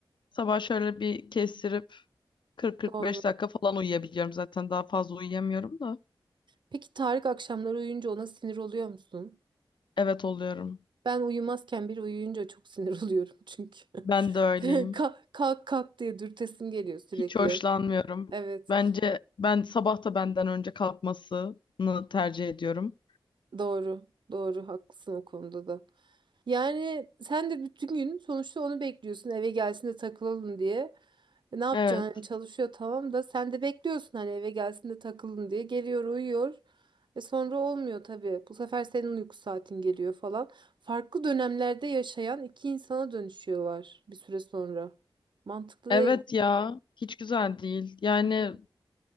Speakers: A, on the left; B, on the right.
A: sabah şöyle bir kestirip 40-45
B: Doğru.
A: dakika falan uyuyabiliyorum zaten. Daha fazla uyuyamıyorum da.
B: Peki Tarık akşamları uyuyunca ona sinir oluyor musun?
A: Evet oluyorum.
B: Ben uyumazken biri uyuyunca çok sinir <laughs> oluyorum çünkü.
A: Ben de öyleyim.
B: <laughs> Kalk kalk kalk diye dürtesim geliyor sürekli.
A: Hiç hoşlanmıyorum.
B: Evet,
A: Bence ben sabah da benden önce kalkmasını tercih ediyorum.
B: doğru. Doğru, haklısın o konuda da. Yani sen de bütün gün sonuçta onu bekliyorsun eve gelsin de takılalım diye. E ne yapacaksın
A: Evet.
B: hani çalışıyor tamam da sen de bekliyorsun hani eve gelsin de takılın diye. Geliyor uyuyor. E sonra olmuyor tabii. Bu sefer senin uyku saatin geliyor falan. Farklı dönemlerde yaşayan iki insana dönüşüyorlar bir süre sonra. Mantıklı
A: Evet
B: değil.
A: ya. Hiç güzel değil. Yani
B: Hı hı.